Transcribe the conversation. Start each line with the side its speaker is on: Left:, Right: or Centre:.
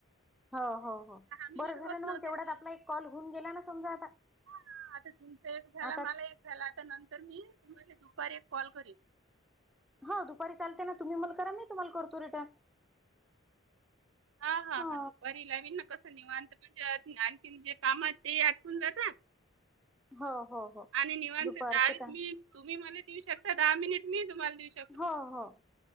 Centre: हो, हो, हो
Right: मिनिट
Centre: बरं झालं
Right: होत
Centre: ना
Right: नव्हते
Centre: मग, तेवढ्यात
Right: ते
Centre: आपला एक कॉल होऊन गेला ना. समजा आता
Right: हा, आता तुमचा एक झाला,
Centre: आता
Right: मला एक झाला आता नंतर मी तुम्हाला दुपारी एक कॉल करील.
Centre: हा दुपारी चालतयं ना, तम्ही मला करा मी तम्हाला करतो रिटन.
Right: हा, हा,
Centre: हो
Right: हा दुपारी. नवीन ना कसं निवांत, म्हणजे आणखीन जे कामात ते आटपून जातात.
Centre: हो हो हो
Right: आणि निवांत
Centre: दुपारचे
Right: दहावीस
Centre: काय
Right: मिनिट तुम्ही मला देऊ शकता दहा मिनिट मी तुम्हाला देऊ शक
Centre: हो, हो,